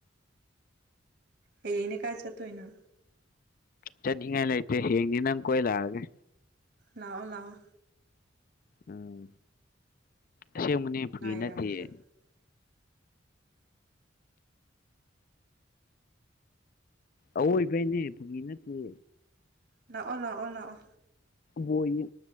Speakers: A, on the right; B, on the left.
A: ꯑꯩ ꯌꯦꯅꯦ ꯀꯥꯏ ꯆ ꯇꯣ ꯏꯅ
B: ꯆꯠꯅꯤꯡꯉꯥꯏ ꯂꯩꯇꯦ ꯍꯌꯦꯅꯤ ꯅꯪ ꯀꯣꯏ ꯂꯛꯑꯒꯦ
A: ꯂꯑꯣ ꯂꯥꯛꯑꯣ
B: ꯎꯝ ꯑꯁꯦꯡꯕꯅꯦ ꯐꯨꯏ
A: ꯉꯥꯏꯔꯝꯒꯦ
B: ꯅꯠꯇꯦꯌꯦ ꯑꯋꯣꯏꯕꯩꯅꯦ ꯐꯨꯒꯤ ꯅꯠꯇꯦ
A: ꯂꯥꯛꯑꯣ ꯂꯥꯛꯑꯣ ꯂꯥꯛꯑꯣ
B: ꯍꯧꯖꯤ